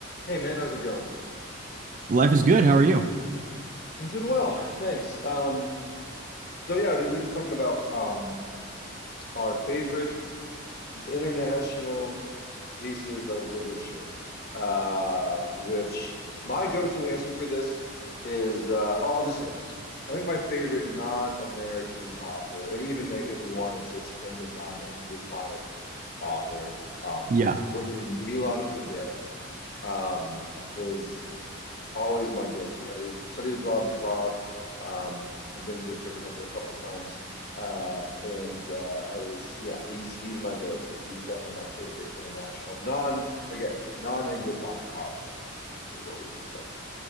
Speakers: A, on the left; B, on the right.
A: Hey man, how's it going?
B: Life is good. How are you?
A: I'm doing well, thanks. Um, so yeah, we were just talking about um, our favorite international pieces of literature, uh, which my go-to answer for this is, uh, oh, I'll just say this. I think my favorite non-American author, and even if we wanted to expand it, non-Anglophonic author, um,
B: Yeah,
A: would be Milan Kundera um, is always my go-to. I studied abroad in Prague. Um, I've been to Turkey a couple, a couple times, uh, and uh, I was, yeah, he's he's my go-to. He's definitely my favorite international, non again, non-Anglophonic author is what, is what we can say.